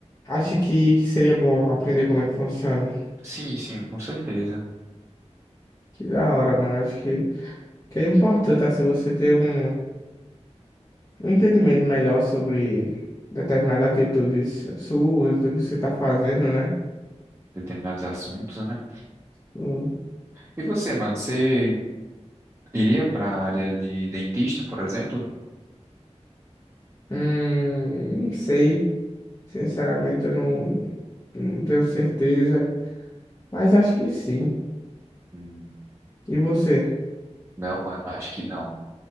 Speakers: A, on the left; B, on the right.
A: Acha que, que seria bom aprender como é que funciona?
B: sim, sim, com certeza.
A: Que da hora, mano. Acho que, que é importante, assim, você ter um, um entendimento melhor sobre determinadas atitudes suas, do que você tá fazendo, né?
B: Determinados assuntos, né?
A: Hum,
B: E você, mano, você iria para a área de dentista, por exemplo?
A: hum, não sei. Sinceramente, eu não, não tenho certeza. Mas acho que sim.
B: Hum,
A: E você?
B: não, mano, acho que não.